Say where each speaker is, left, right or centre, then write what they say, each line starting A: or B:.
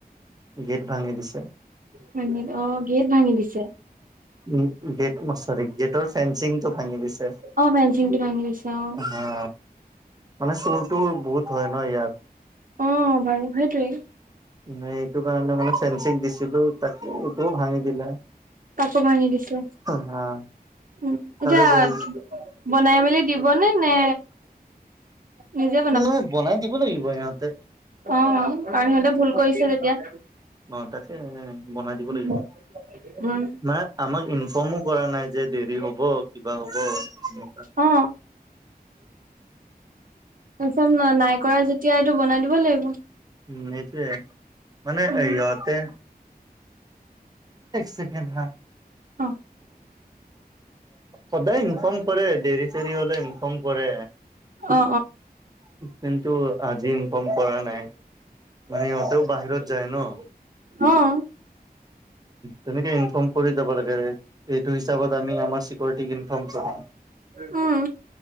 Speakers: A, on the right (about 25°); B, on the right (about 60°).
A: গেট ভাঙি দিছে
B: ভাঙি অহ গেট ভাঙি দিছে
A: উম গেট চৰি গেটৰ ফেনসিং টো ভাঙি দিছে।
B: অ ফেন্সিংটো ভাঙি দিছে, অহ-
A: অহঁ মানে চুৰটোৰ বহুত হয় নহ ইয়াত
B: অ বাৰু সেইটোৱেই
A: ম এইটো কাৰণে মানে ফেঞ্চিং দিছিলোঁ। তাত এইটোও ভাঙি দিলে
B: কাঠো ভাঙি দিছে,
A: হা
B: উম এতিয়া
A: কালি বেল
B: বনাই মেলি দিব নে এহ নে নিজে
A: নাই বনাই দিব লাগিব সিহঁতে
B: অহ কাৰণ সিহঁতে ভুল কৰিছে যেতিয়া
A: অহ, তাকেহে বনাই দিব লাগিব।
B: উম উম
A: মানে আমাক ইনফৰ্মো কৰা নাই যে দেৰি হ'ব, কিবা হ'ব
B: অ ইনফৰ্ম নাই কৰা যেতিয়া এইটো বনাই দিব লাগিব।
A: সেইটোৱে মানে
B: উম
A: ইহঁতে এক ছেকেণ্ড হা
B: অহ
A: সদায় ইনফৰ্ম কৰে দেৰি চেৰি হ'লে ইনফৰ্ম কৰে
B: অ
A: কিন্তু আজি ইনফৰ্ম কৰা নাই। মানে ইহঁতেও বাহিৰত যায় নহ
B: অহ
A: তেনেকে ইনফৰ্ম কৰি যাব লাগে। এইটো হিচাপত আমি আমাৰ চিকিউৰেটিক ইনফৰ্ম কৰি
B: উম।